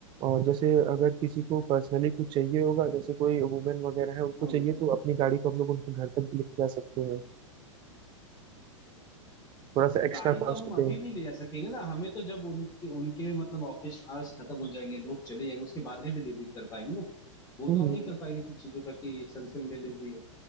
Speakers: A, on the right (about 30°); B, on the left (about 20°).
A: और जैसे अगर किसी को पर्सनली कुछ चाहिए होगा जैसे कोई वुमेन वगैरह है उनको
B: हाँ।
A: चाहिए तो अपनी गाड़ी को हम लोग उनके घर तक भी लेके जा सकते हैं थोड़ा सा एक्स्ट्रा
B: गाड़ी
A: कॉस्ट
B: तो हम अभी
A: पे
B: नहीं ले जा सकेंगे ना हमें तो जब उनकी उनके मतलब ऑफिस आवर्स खत्म हो जाएंगे लोग चले जाएंगे उसके बाद ही डिलीवरी कर पाएंगे ना वो
A: हम्म
B: तो हम नहीं कर पाएंगे फिर चीजों का कि संगसंग डिलीवरी है